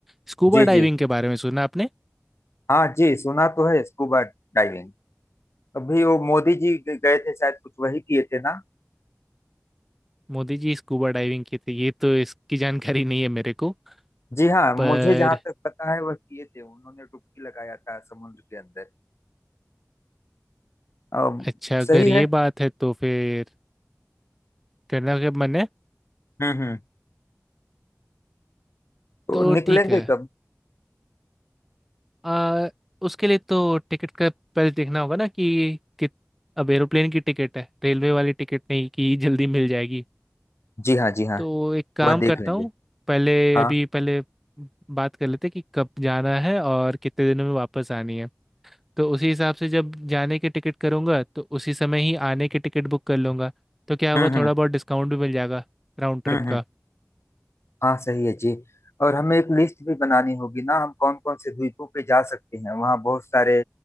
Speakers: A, in the centre; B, on the left.
A: स्कूबा
B: जी
A: डाइविंग
B: जी
A: के बारे में सुना आपने
B: हाँ जी सुना तो है स्कूबा डाइविंग अभी वो मोदी जी ग- गए थे शायद कुछ वही किए थे ना
A: मोदी जी स्कूबा डाइविंग किए थे ये तो इसकी जानकारी नहीं है मेरे को
B: जी हाँ मुझे
A: पर
B: जहाँ तक पता है वह किए थे उन्होंने डुबकी लगाया था समुद्र के अंदर अम,
A: अच्छा अगर
B: सही
A: ये
B: है
A: बात है तो फिर करना क्या मन है
B: हम्म हम्म तो
A: तो
B: निकलेंगे
A: ठीक है
B: कब
A: आ, उसके लिए तो टिकट का पहले देखना होगा ना कि, कि अब एरोप्लेन की टिकट है रेलवे वाली टिकट नहीं कि जल्दी मिल जाएगी
B: जी हाँ जी हाँ
A: तो एक काम
B: वह
A: करता
B: देख लेंगे
A: हूँ पहले
B: हाँ
A: अभी पहले बात कर लेते हैं कि कब जाना है और कितने दिनों में वापस आनी है तो उसी हिसाब से जब जाने की टिकट करूँगा तो उसी समय ही आने की टिकट बुक कर लूँगा तो क्या होगा
B: हम्म हम्म
A: थोड़ा बहुत डिस्काउंट भी मिल जाएगा राउंड ट्रिप
B: हम्म,
A: का
B: हम्म। हाँ सही है जी और हमें एक लिस्ट भी बनानी होगी ना हम कौन कौन से द्वीपों पे जा सकते हैं वहाँ बहुत सारे